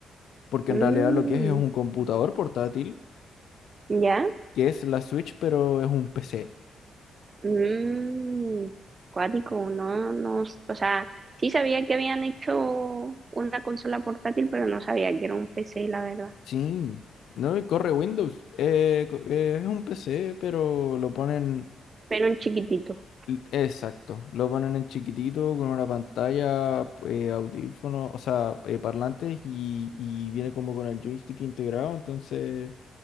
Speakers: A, on the left; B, on the right.
A: porque
B: Mm,
A: en realidad lo que es es un computador portátil,
B: ¿ya?
A: que es la Switch, pero es un PC.
B: Mm, cuático, no, no, o sea, sí sabía que habían hecho una consola portátil, pero no sabía que era un PC, la verdad.
A: Sí, no, y corre Windows. Eh, co- eh, es un PC, pero lo ponen,
B: Pero un chiquitito,
A: l- exacto, lo ponen en chiquitito con una pantalla, eh, audífonos, o sea, eh, parlantes y, y viene como con el joystick integrado, entonces